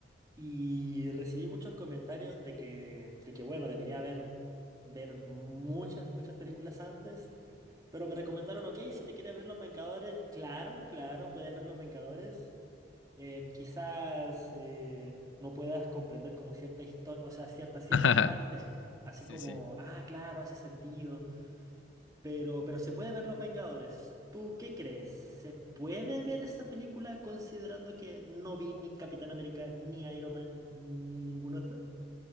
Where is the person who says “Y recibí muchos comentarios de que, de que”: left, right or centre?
Right